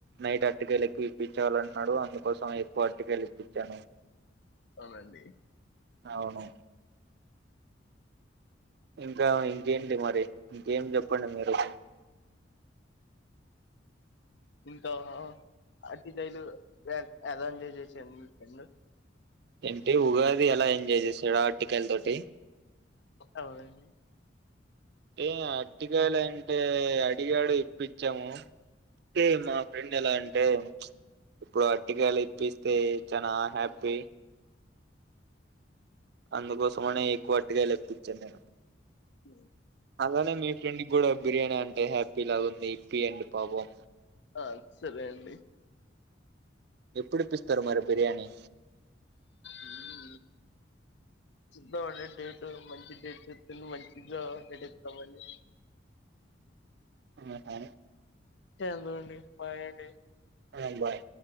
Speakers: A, on the right; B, on the left.
A: నైట్ అటికయలు ఎక్కువ ఇప్పించలంటున్నాడు అందుకోసం ఎక్కువ అటికయలు ఇప్పించాను
B: అవునండి
A: అవును ఇంకా ఇంకేంటి మరి ఇంకేం చెప్పండి మీరు
B: ఇంకా అటికాయలు యా ఎలా ఎంజాయ్ చేసారు మీ ఫ్రెండ్
A: ఏంటి ఉగాది ఎలా ఎంజాయ్ చేసాడా అటికాయల తోటి
B: అవునండి
A: అంటే అటికాయలు అంటే అడిగాడు ఇప్పించాము కే మా ఫ్రెండ్ ఎలా అంటే ఇప్పుడు అటికాయలు ఇప్పిస్తే చనా హ్యాపీ అందుకోసమనే ఎక్కువ అటికాయలు తెప్పించాను నేను
B: ఉ
A: అలానే మీ ఫ్రెండ్ కి కూడా బిర్యానీ అంటే హ్యాపీ లా ఉంది ఇప్పియండి పాపం
B: ఆ సరే అండి
A: ఎప్పుడు ఇప్పిస్తారు మరి బిర్యానీ
B: ఆ చూద్దామండి డేట్ మంచి డేట్ చస్తుంది మంచిగా పెట్టిస్తామండి
A: ఆహా
B: చందుండి బాయ్ అండి
A: ఆ బాయ్